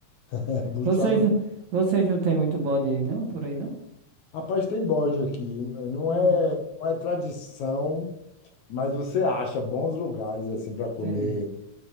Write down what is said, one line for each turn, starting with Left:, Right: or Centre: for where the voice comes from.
Left: É, <laughs> buchada.
Right: Vocês, vocês não tem muito bode aí, não? Por aí não?
Left: Rapaz, tem bode aqui. Não
Right: Hum,
Left: é, não é tradição, mas você acha bons lugares assim para comer,
Right: entendi.